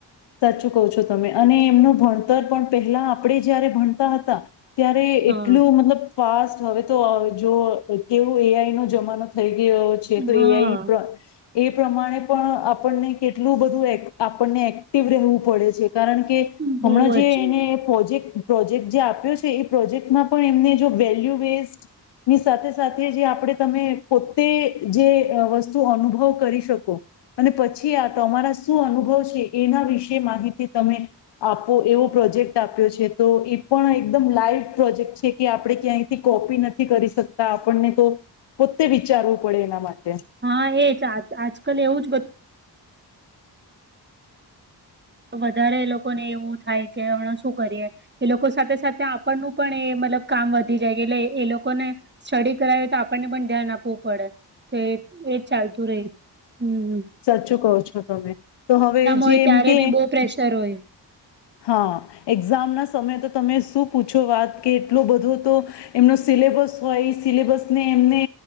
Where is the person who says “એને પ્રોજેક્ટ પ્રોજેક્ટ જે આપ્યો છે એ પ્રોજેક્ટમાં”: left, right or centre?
Left